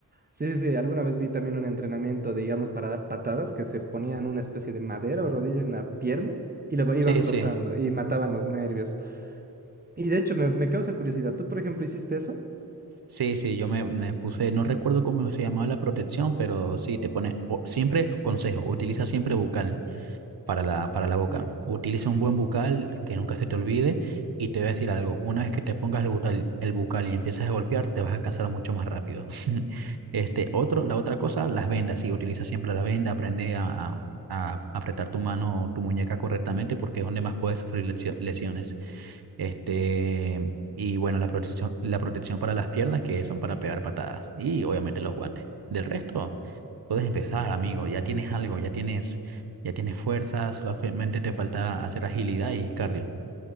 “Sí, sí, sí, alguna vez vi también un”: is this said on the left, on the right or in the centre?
Right